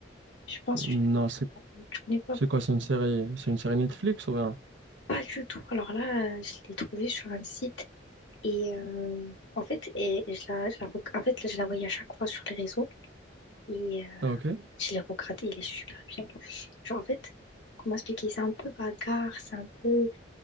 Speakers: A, on the left (about 70°); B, on the right (about 75°).
A: je pense que
B: Non, c'est
A: je connais pas,
B: c'est quoi? C'est une série, c'est une série Netflix ou rien?
A: pas du tout. Alors là, euh, je l'ai trouvée sur un site et euh, en fait, et, et je la, je la reg- en fait, là, je la voyais à chaque fois sur les réseaux et euh,
B: Ah, ok.
A: je l'ai regardée, elle est super bien. Genre, en fait, comment expliquer? C'est un peu bagarre, c'est un peu